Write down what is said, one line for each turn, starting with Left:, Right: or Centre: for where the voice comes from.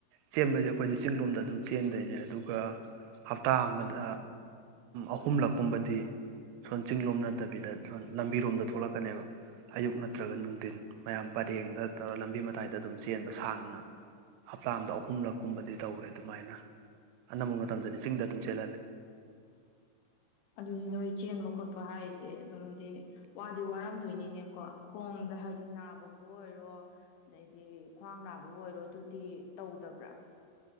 Right: ꯆꯦꯟꯕꯖꯦ ꯑꯩꯈꯣꯏꯁꯦ ꯆꯤꯡꯂꯣꯝꯗ ꯑꯗꯨꯝ ꯆꯦꯟꯗꯣꯏꯅꯦ ꯑꯗꯨꯒ ꯍꯞꯇꯥ ꯑꯃꯗ ꯑꯍꯨꯝꯂꯛꯀꯨꯝꯕꯗꯤ ꯁꯣꯝ ꯆꯤꯡꯂꯣꯝ ꯅꯠꯇꯕꯤꯗ ꯁꯣꯝ ꯂꯝꯕꯤꯔꯣꯝꯗ ꯊꯣꯛꯂꯛꯀꯅꯦꯕ ꯑꯌꯨꯛ ꯅꯠꯇ꯭ꯔꯒ ꯅꯨꯡꯊꯤꯟ ꯃꯌꯥꯝ ꯄꯔꯦꯡꯗ ꯂꯝꯕꯤ ꯃꯇꯥꯏꯗ ꯑꯗꯨꯝ ꯆꯦꯟꯕ ꯁꯥꯡꯅ ꯍꯞꯇꯥ ꯑꯃꯗ ꯑꯍꯨꯝꯂꯛ ꯀꯨꯝꯕꯗꯤ ꯇꯧꯋꯦ ꯑꯗꯨꯃꯥꯏꯅ ꯑꯅꯝꯕ ꯃꯇꯝꯗꯗꯤ ꯆꯤꯡꯗ ꯑꯗꯨꯝ ꯆꯦꯜꯍꯜꯂꯦ
Left: ꯑꯗꯨꯗꯤ ꯅꯣꯏ ꯆꯦꯟꯕ ꯈꯣꯠꯄ ꯍꯥꯏꯖꯦ ꯑꯗꯨꯝꯗꯤ ꯋꯥꯗꯤ ꯋꯥꯔꯝꯗꯣꯏꯅꯤꯅꯦꯀꯣ ꯈꯣꯡꯗ ꯍꯥꯏꯗꯤ ꯅꯥꯕꯕꯨ ꯑꯣꯏꯔꯣ ꯑꯗꯩꯗꯤ ꯈ꯭ꯋꯥꯡ ꯅꯥꯕꯕꯨ ꯑꯣꯏꯔꯣ ꯑꯗꯨꯗꯤ ꯇꯧꯗꯕ꯭ꯔꯥ